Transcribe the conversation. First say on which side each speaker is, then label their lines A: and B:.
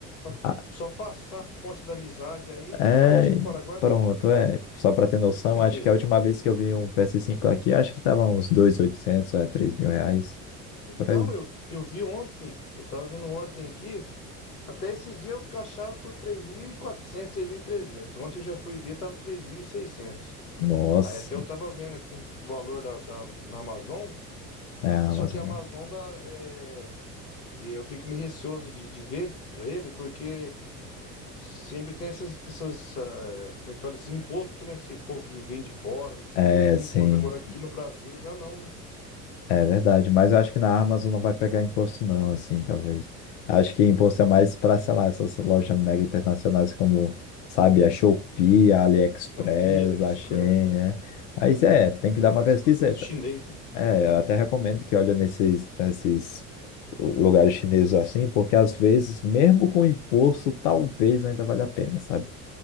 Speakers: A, on the left; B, on the left.
A: Só,
B: Ah,
A: só passar a ponte da amizade aí
B: é,
A: e partir para o Paraguai.
B: pronto, é. Só pra ter noção,
A: <laughs>
B: acho que a última vez que eu vi um PS5 aqui, acho que tava uns 2.800, é, três mil reais,
A: Então,
B: por aí.
A: eu, eu vi ontem, eu estava vendo ontem aqui, até esse dia eu achava por 3.400, trezentos Ontem eu já fui ver, estava três mil e seiscentos
B: Nossa,
A: Aí até eu estava vendo aqui o valor da, da- na Amazon,
B: é a
A: e só
B: Amazon,
A: que a Amazon
B: né?
A: dá, é, e eu fico meio receoso de, de ver para ele, porque Sempre tem essas, essas, ah, como é que fala, esse imposto, né? Se for que vem de fora, não sei
B: É,
A: o que, tem
B: sim.
A: imposto. Agora aqui no Brasil já não, né?
B: É verdade, mas eu acho que na Amazon não vai pegar imposto não, assim, talvez. Acho que imposto é mais para, sei lá, essas lojas mega internacionais como, sabe, a Shopee, a AliExpress,
A: Shopee, AliExpress,
B: a Shein, né? Mas é, tem que
A: tem
B: dar
A: mais
B: uma pesquiseta.
A: produto chinês, né?
B: É, eu até recomendo que olhe nesses, nesses lugares chineses assim, porque às vezes, mesmo com imposto, talvez ainda valha a pena, sabe?